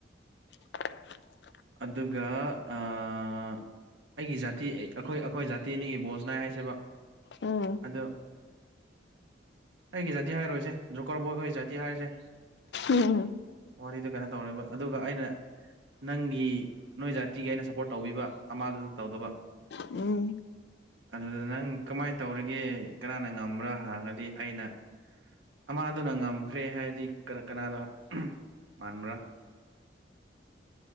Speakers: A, on the left; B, on the right.
A: <unintelligible>
B: ꯑꯗꯨꯒ ꯑꯥ ꯑꯥ ꯑꯩꯒꯤ ꯖꯥꯇꯤ ꯑꯩꯈꯣꯏ ꯑꯩꯈꯣꯏ ꯖꯥꯇꯤ ꯑꯅꯤꯒꯤ ꯕꯣꯜ ꯁꯅꯥꯏ ꯍꯥꯏꯁꯦꯕ
A: ꯎꯝ
B: ꯑꯗꯨ ꯑꯩꯒꯤ ꯖꯥꯇꯤ ꯍꯥꯏꯔꯣꯏꯁꯦ ꯖꯣꯀ꯭ꯔꯣꯜ ꯕꯣꯏꯈꯣꯏ ꯖꯥꯇꯤ ꯍꯥꯏꯔꯁꯦ
A: ꯎꯝꯎꯝ
B: ꯋꯥꯔꯤꯗꯨ ꯀꯩꯅꯣ ꯇꯧꯔꯦꯕ ꯑꯗꯨꯒ ꯑꯩꯅ ꯅꯪꯒꯤ ꯅꯣꯏ ꯖꯥꯇꯤꯒꯤ ꯑꯩꯅ ꯁꯞꯄꯣꯔꯠ ꯇꯧꯕꯤꯕ ꯑꯃꯗꯨ ꯇꯧꯗꯕ
A: ꯎꯝ
B: ꯑꯗꯨꯗ ꯅꯪ ꯀꯃꯥꯏꯟ ꯇꯧꯔꯒꯦ ꯀꯅꯥꯅ ꯉꯝꯕ꯭ꯔꯥ ꯍꯥꯡꯉꯗꯤ ꯑꯩꯅ ꯑꯃꯗꯨꯅ ꯉꯝꯈ꯭ꯔꯦ ꯍꯥꯏꯔꯗꯤ ꯀꯔ ꯀꯅꯥꯔꯥ ꯃꯥꯟꯕ꯭ꯔꯥ